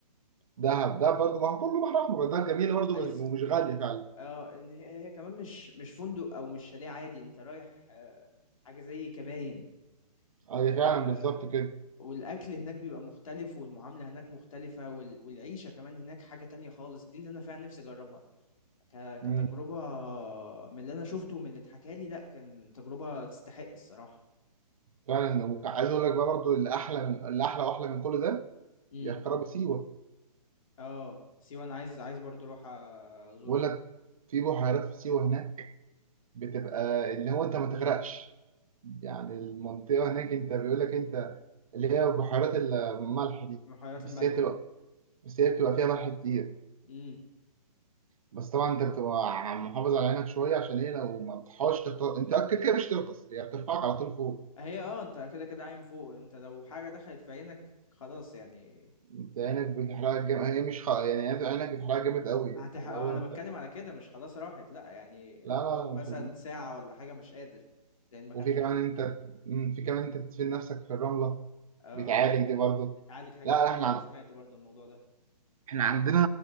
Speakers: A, on the right; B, on the left.
A: دهب ده برضه ما هو كله بحر احمر ده جميل برضه
B: عايز
A: بس- ومش غاليه فعلا
B: اه ان هي هي كمان مش مش فندق او مش شاليه عادي انت رايح آه، حاجة زي كباين
A: آه، هي
B: آه،
A: فعلا بالظبط كده
B: والاكل هناك بيبقى مختلف والمعاملة هناك مختلفة وال- والعيشة كمان هناك حاجة تانية خالص دي اللي انا فعلا نفسي اجربها ك- كتجربة
A: مم.
B: من اللي انا شفته ومن اللي اتحكى لي لا كان تجربة تستحق الصراحة
A: فعلا وعايز اقول لك بقى برضه اللي احلى من اللي احلى واحلى من كل ده
B: امم
A: يا خراب سيوه
B: اه سيوة انا عايز عايز برضو اروح ازورها
A: بقول لك في بحيرات في سيوه هناك بتبقى اللي هو انت ما تغرقش يعني المنطقة هناك انت بيقول لك انت اللي هي بحيرات الملح دي
B: بحيرات
A: بس
B: الملح
A: هي بتبقى بس هي بتبقى فيها ملح كتير
B: امم
A: بس طبعا انت بتبقى محافظ على عينك شوية عشان ايه لو ما تصحاش تغطس انت كده كده مش تغطس هي بترفعك على طول فوق
B: هي اه انت كده كده عايم فوق انت لو حاجة دخلت في عينك خلاص يعني
A: انت عينك بتحرقك جامد هي مش خ... يعني انت عينك بتحرقك جامد قوي يعني
B: هتح...
A: اللي
B: آه،
A: هو
B: انا
A: انت
B: بتكلم على كده مش خلاص راحت لا يعني
A: لا
B: هتقعد
A: لا
B: مثلا
A: مش...
B: ساعة ولا حاجة مش قادر لان ما
A: وفي
B: كانش
A: كمان
B: اكتر
A: انت مم، في كمان انت تدفن نفسك في الرملة
B: اه
A: بتعالج دي برضه
B: بتعالج حاجات
A: لا
B: كتير
A: لا احنا
B: اه سمعت برضو الموضوع ده
A: احنا عندنا